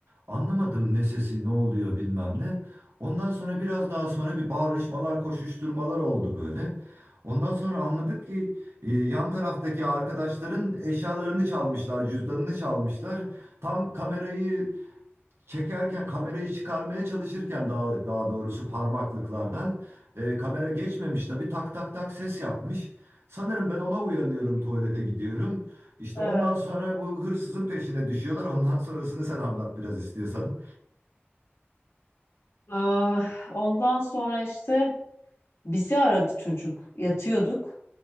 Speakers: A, on the right; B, on the left.
A: Anlamadım ne sesi ne oluyor bilmem ne. Ondan sonra biraz daha sonra bir bağırışmalar, koşuşturmalar oldu böyle. Ondan sonra anladık ki e, yan taraftaki arkadaşların eşyalarını çalmışlar, cüzdanını çalmışlar. Tam kamerayı çekerken kamerayı çıkarmaya çalışırken daha daha doğrusu parmaklıklardan e, kamera geçmemiş tabii tak tak tak ses yapmış. Sanırım ben ona uyanıyorum tuvalete gidiyorum. İşte
B: Evet.
A: ondan sonra bu hırsızın peşine düşüyorlar. Ondan sonrasını sen anlat biraz istiyorsan.
B: Aa, ondan sonra işte bizi aradı çocuk. Yatıyorduk.